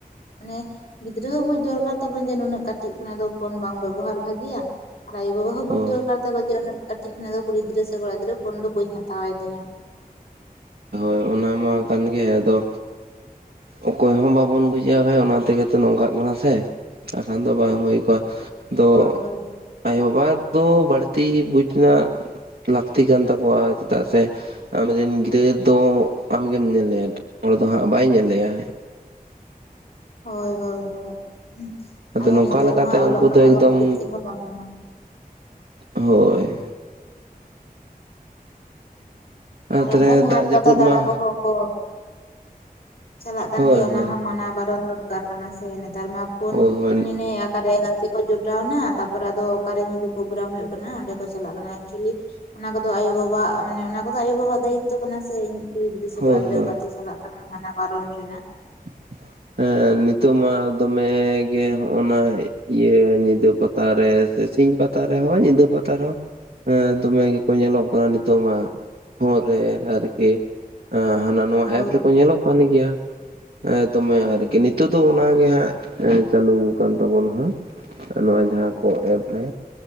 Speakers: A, on the left; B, on the right.
A: ᱢᱟᱱᱮ ᱜᱤᱫᱽᱨᱟᱹ ᱦᱚᱸ ᱵᱩᱡ ᱫᱚᱨᱠᱟᱨ ᱛᱟᱵᱚᱱ ᱡᱮ ᱱᱩᱱᱟᱹᱜ ᱠᱟᱹᱴᱤᱡ ᱠᱷᱚᱱᱟᱜ ᱫᱚ ᱯᱷᱳᱱ ᱵᱟᱝ ᱵᱮᱵᱚᱦᱟᱨ ᱵᱷᱟᱜᱮᱭᱟ ᱟᱨ ᱟᱭᱳᱼᱵᱟᱵᱥ ᱦᱚᱸ ᱵᱩᱡᱽ
B: ᱦᱳᱭ
A: ᱫᱚᱨᱠᱟᱨ ᱛᱟᱠᱚ ᱡᱮ ᱩᱱᱟᱹᱜ ᱠᱟᱹᱴᱤᱡ ᱠᱷᱚᱱᱟᱜ ᱫᱚ ᱠᱩᱲᱤ ᱜᱤᱫᱽᱨᱟᱹ ᱥᱮ ᱠᱚᱲᱟ ᱜᱤᱫᱽᱨᱟᱹ ᱯᱷᱳᱱ ᱫᱚ ᱵᱟᱹᱧ ᱦᱟᱛᱟᱣᱟᱭ ᱛᱤᱧᱟᱹ᱾
B: ᱦᱳᱭ ᱚᱱᱟ ᱢᱟ ᱠᱟᱱ ᱜᱮ ᱟᱫᱚ ᱚᱠᱚᱭ ᱦᱚᱸ ᱵᱟᱵᱚᱱ ᱵᱩᱡᱷᱟᱹᱣ ᱦᱮᱸ ᱚᱱᱟ ᱛᱮᱜᱮ ᱛᱚ ᱱᱚᱝᱠᱟᱜ ᱠᱟᱱᱟ ᱥᱮ ᱮᱠᱷᱟᱱ ᱫᱚ ᱵᱟᱝ ᱦᱩᱭ ᱠᱚᱜᱼᱟ ᱫᱚ
A: ᱦᱳᱭ ᱦᱳᱭ
B: ᱟᱭᱳ ᱵᱟᱵᱟ ᱫᱚ ᱵᱟᱹᱲᱛᱤ ᱵᱩᱡᱽ ᱮᱱᱟᱜ ᱞᱟᱹᱠᱛᱤ ᱠᱟᱱ ᱛᱟᱠᱚᱣᱟ ᱪᱮᱫᱟᱜ ᱥᱮ ᱟᱢᱨᱮᱱ ᱜᱤᱫᱽᱟᱹᱨ ᱛᱚ ᱟᱢᱜᱮᱢ ᱧᱮᱞᱮᱼᱟ ᱦᱚᱲ ᱫᱚ ᱦᱟᱸᱜ ᱵᱟᱭ ᱧᱮᱞᱮ ᱭᱟ
A: ᱦᱳᱭ ᱦᱳᱭ ᱦᱳᱭ ᱟᱫᱚ
B: ᱱᱚᱝᱠᱟ
A: ᱱᱮᱛᱟᱨ
B: ᱞᱮᱠᱟᱛᱮ
A: ᱢᱟ ᱚᱞᱚᱜ
B: ᱩᱱᱠᱩ
A: ᱯᱟᱲᱦᱟᱜ
B: ᱮᱠᱫᱚᱢ
A: ᱵᱟᱠᱷᱟᱱ ᱫᱚ ᱪᱮᱫ ᱦᱚᱸ ᱵᱟᱝ ᱠᱟᱱᱟ᱾
B: ᱦᱳᱭ᱾
A: ᱟᱨ
B: ᱛᱟᱦᱞᱮ
A: ᱚᱱᱠᱟ ᱜᱮ
B: ᱫᱟᱜ
A: ᱦᱟᱴ
B: ᱡᱟᱹᱯᱩᱫ
A: ᱯᱟᱛᱟ ᱫᱟᱬᱟ
B: ᱢᱟ
A: ᱠᱚᱦᱚᱸ ᱠᱚ ᱪᱟᱞᱟᱜ ᱠᱟᱱ
B: ᱦᱳᱭ
A: ᱜᱮᱭᱟ ᱚᱱᱟ
B: ᱦᱳᱭ
A: ᱦᱚᱸ ᱢᱟᱱᱟ ᱵᱟᱨᱚᱱ ᱫᱚᱨᱠᱟᱨ ᱠᱟᱱᱟ ᱥᱮ ᱱᱮᱛᱟᱨ ᱢᱟ ᱯᱚᱱ,
B: ᱦᱳᱭ ᱦᱳᱭ
A: ᱦᱟᱱᱤ ᱱᱮᱭᱟ ᱟᱠᱟᱨᱮ ᱜᱟᱛᱮ ᱠᱚ ᱡᱚᱴᱟᱣᱱᱟ, ᱛᱟᱨᱯᱚᱨᱮ ᱟᱫᱚ ᱚᱠᱟᱨᱮ ᱧᱤᱫᱟᱹ ᱯᱨᱳᱜᱨᱟᱢ ᱦᱩᱭᱩᱜ ᱠᱟᱱᱟ ᱚᱸᱰᱮ ᱠᱚ ᱪᱟᱞᱟᱜ ᱠᱟᱱᱟ᱾ ᱮᱠᱪᱩᱭᱮᱞᱤ ᱚᱱᱟ ᱠᱚᱫᱚ ᱟᱭᱳ ᱵᱟᱵᱟᱣᱟᱜ ᱢᱟᱱᱮ ᱚᱱᱟ ᱠᱚ ᱟᱭᱳ-ᱵᱟᱵᱟᱣᱟᱜ ᱫᱟᱭᱤᱛᱚ ᱠᱟᱱᱟ ᱥᱮ ᱤᱧᱤᱡ ᱠᱩᱲᱤ ᱜᱤᱫᱽᱨᱟᱹ ᱥᱮ
B: ᱦᱳᱭ
A: ᱠᱚᱲᱟ ᱜᱤᱫᱽᱨᱟᱹ
B: ᱦᱳᱭ
A: ᱚᱠᱟᱛᱮ ᱪᱟᱞᱟᱜ ᱠᱟᱱᱟ ᱢᱟᱱᱟ ᱵᱟᱨᱚᱱ ᱨᱮᱱᱟᱜ
B: <inaudible> ᱦᱮᱸ ᱱᱤᱛᱚᱜ ᱢᱟ ᱫᱚᱢᱮᱜ ᱜᱮ ᱦᱚᱜ-ᱱᱟ ᱤᱭᱟᱹ ᱧᱤᱫᱟᱹ ᱯᱟᱛ ᱛᱟ ᱨᱮ ᱥᱮ ᱥᱤᱧ ᱯᱟᱛᱟ ᱨᱮᱦᱚᱸ ᱧᱤᱫᱟᱹ ᱯᱟᱛᱟ ᱨᱮᱦᱚᱸ᱾ ᱫᱚᱢᱮ ᱜᱮ ᱠᱚ ᱧᱮᱞᱚᱜ ᱠᱟᱱᱟ ᱱᱤᱛᱚᱜ ᱢᱟ᱾ ᱯᱷᱳᱱ ᱨᱮ ᱟᱹᱨᱠᱤ, ᱟ ᱦᱟᱱᱟ ᱱᱚᱣᱟ
A: ᱦᱳᱭ
B: ᱮᱯ ᱨᱮᱠᱚ
A: ᱦᱳᱭ
B: ᱧᱮᱞᱚᱜ ᱠᱟᱱ ᱜᱮᱭᱟ ᱮᱸ ᱛᱚᱢᱮ
A: ᱦᱩᱸ
B: ᱟᱹᱨᱠᱤ
A: ᱦᱩᱸ
B: ᱱᱤᱛᱚᱜ ᱫᱚ ᱚᱱᱟ ᱜᱮ ᱦᱟᱸᱜ ᱪᱟᱞᱩ ᱠᱟᱱ ᱛᱟᱵᱚᱱᱟ ᱦᱟᱸᱜ ᱱᱚᱣᱟ
A: ᱦᱳᱭ
B: ᱡᱟᱦᱟᱸ ᱠᱚ ᱮᱯ ᱨᱮ